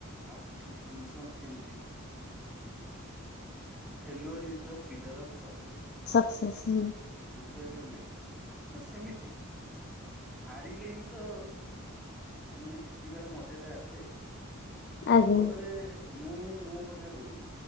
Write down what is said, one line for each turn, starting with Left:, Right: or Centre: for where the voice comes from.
Centre: ଆଉ କିଛି ଜିନିଷ ଅଛି ଯେମିତି failure is the pillar of success.
Left: Success ହୁଁ।
Centre: ବୁଝିପାରିଲ ନାଇଁ ତ ସେମିତି। ହାରିଲେ ହିଁ ତ ମାନେ ଜିତିବାର ମଜା ଟା ଆସେ।
Left: ଆଜ୍ଞା।
Centre: ଜୀବନରେ ମୁଁ ମୋ କଥା କହୁଛି,